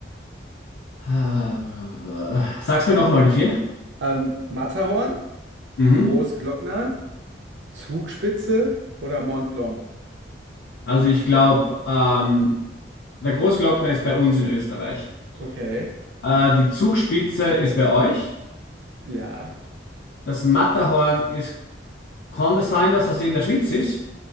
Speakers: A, on the left (about 70°); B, on the right (about 70°).
A: Äh, Sag's mir nochmal die vier.
B: Ähm, Matterhorn,
A: Mhm.
B: Großglockner, Zugspitze oder Mont Blanc?
A: Also ich glaube, ähm, der Großglockner ist bei uns in Österreich.
B: Okay,
A: Äh, die Zugspitze ist bei euch.
B: ja.
A: Das Matterhorn ist, kann das sein, dass das in der Schweiz ist?